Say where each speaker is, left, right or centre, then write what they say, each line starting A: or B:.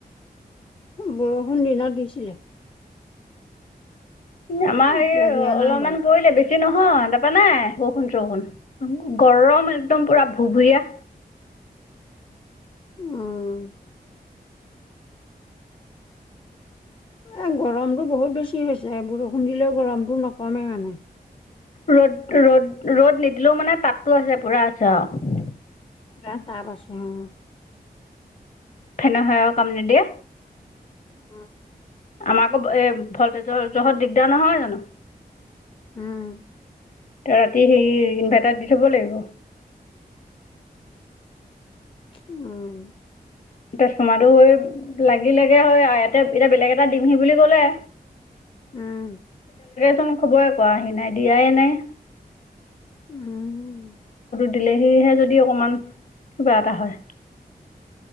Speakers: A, on the left; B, on the left.
A: বৰষুণ দিনাত দিছিলে।
B: আমাৰ হেৰি
A: এতিয়া দিয়া
B: অলপমান
A: নাই বাৰু।
B: পৰিলে, বেছি নহয়, তাৰপা নাই। বষুন চষুন, গৰম একদম পুৰা ভুভুীয়া।
A: উ'। এ গৰমতটো বহুত বেছি হৈছে, বৰষুণ দিলেও গৰমতটো নকমেই মানে।
B: ৰ'দ ৰ'দ ৰ'দ নিদিলেও মানে তাপতটো আছে, পুৰা আছে আৰু।
A: ৰা তাৰপছে অ'।
B: ফেন হেও কাম নিদিয়ে।
A: উম।
B: আমাৰ আকৌ, এ ভলটেজৰ জহত দিগদাৰ নহয় জানো।
A: উম।
B: ৰাতি সেই ইনভাৰ্টাৰ দি থব লাগিব।
A: উম।
B: এতিয়া চোমাটো হৈ লাগি লাগে হয় আৰু, ইতে এতিয়া বেলেগ এটা ডিমহি বুলি ক'লে।
A: উম।
B: চোন খবৰে কৰাোৱাহি নাই, দিয়াই নাই।
A: উম।
B: দিলে সেয়হে যদি অকমান, কিবা এটা হয়।